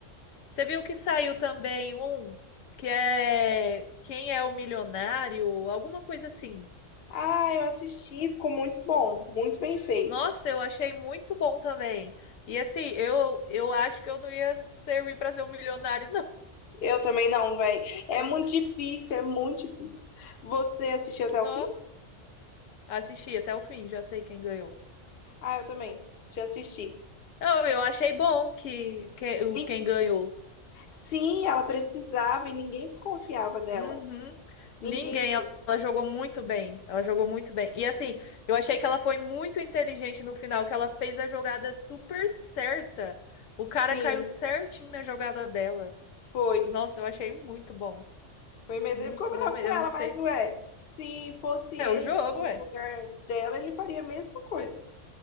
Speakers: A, on the left; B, on the left.
A: Você viu que saiu também um que é Quem é o Milionário? Alguma coisa assim.
B: Ah, eu assisti, ficou muito bom, muito bem feito.
A: Nossa, eu achei muito bom também. E assim, eu, eu acho que eu não ia servir para ser um milionário, não. <laughs>
B: Eu também não, velho.
A: Não sei.
B: É muito difícil, é muito difícil. Você assistiu até o
A: Nossa,
B: fim?
A: assisti até o fim, já sei quem ganhou.
B: Ah, eu também. Já assisti.
A: Não, eu achei bom que, que o-
B: Nin-
A: quem ganhou.
B: Sim, ela precisava e ninguém desconfiava dela.
A: Uhum.
B: Ninguém,
A: Ninguém,
B: ninguém.
A: ela, ela jogou muito bem. Ela jogou muito bem. E assim, eu achei que ela foi muito inteligente no final, que ela fez a jogada super certa. O cara
B: Sim,
A: caiu certinho na jogada dela.
B: foi.
A: Nossa, eu achei muito bom.
B: Foi mesmo.
A: Muito
B: Ele ficou bravo
A: bom mesmo.
B: com
A: Eu
B: ela,
A: não sei.
B: mas ué, se fosse ele
A: É o jogo,
B: no
A: é.
B: lugar dela, ele faria a mesma coisa.